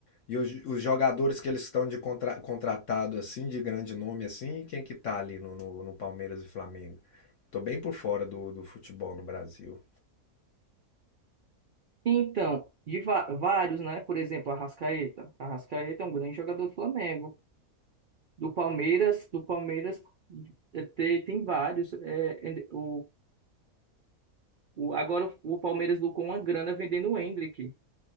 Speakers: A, on the left; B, on the right.
A: E os, os jogadores que eles estão de contra, contratado assim, de grande nome assim, quem que tá ali no, no no Palmeiras e Flamengo? Tô bem por fora do, do futebol no Brasil.
B: Então, de va- vários, né? Por exemplo, Arrascaeta. Arrascaeta é um grande jogador do Flamengo. Do Palmeiras, do Palmeiras eh, te- tem, vários. eh, and- o, o, agora o o Palmeiras lucrou uma grana vendendo o Endrick.